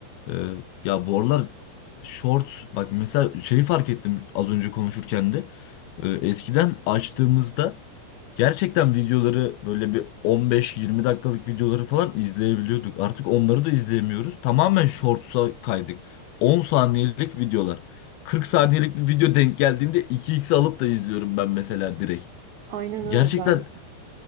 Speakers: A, on the left; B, on the right.
A: e, ya bu aralar shorts bak mesela şeyi fark ettim az önce konuşurken de E, eskiden açtığımızda gerçekten videoları böyle bir 15-20 dakikalık videoları falan izleyebiliyorduk. Artık onları da izleyemiyoruz. Tamamen shorts'a kaydık. 10 saniyelik videolar. 40 saniyelik bir video denk geldiğinde iki x alıp da izliyorum ben mesela direkt.
B: Aynen öyle
A: Gerçekten
B: ben de.